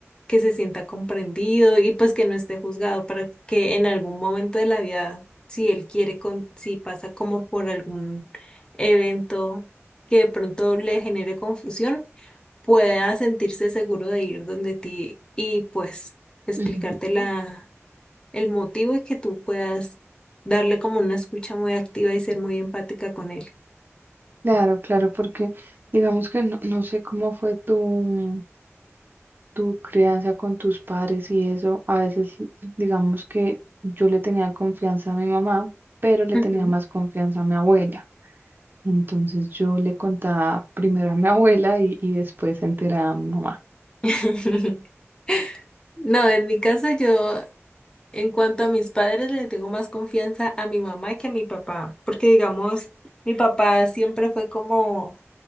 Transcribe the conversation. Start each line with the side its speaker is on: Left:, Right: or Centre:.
Left: que se sienta comprendido y pues que no esté juzgado para que en algún momento de la vida, si él quiere, con, si pasa como por algún evento que de pronto le genere confusión pueda sentirse seguro de ir donde ti y pues explicarte
Right: Ujú.
Left: la, el motivo y que tú puedas darle como una escucha muy activa y ser muy empática con él.
Right: Claro, claro, porque digamos que no, no sé cómo fue tu, tu crianza con tus padres y eso, a veces digamos que yo le tenía confianza a mi mamá, pero le
Left: Ujú.
Right: tenía más confianza a mi abuela. Entonces yo le contaba primero a mi <laughs> abuela y, y después se enteraba a mi mamá.
Left: <laughs> No, en mi caso yo, en cuanto a mis padres, le tengo más confianza a mi mamá que a mi papá, porque digamos, mi papá siempre fue como